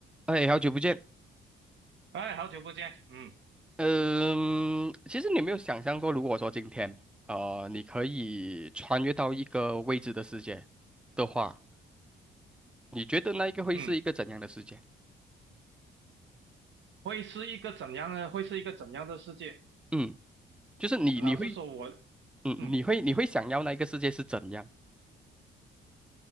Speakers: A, in the centre; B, on the right.
A: 哎，好久不见。
B: 哎，好久不见，嗯
A: 嗯，其实你有没有想象过，如果说今天，呃，你可以穿越到一个未知的世界的话，你觉得那一个会是一个怎样的世界？
B: 嗯，会是一个怎样呢？会是一个怎样的世界？
A: 嗯，就是你你会，
B: 老实说我，
A: 嗯，
B: 嗯，
A: 你会你会想要那一个世界是怎样？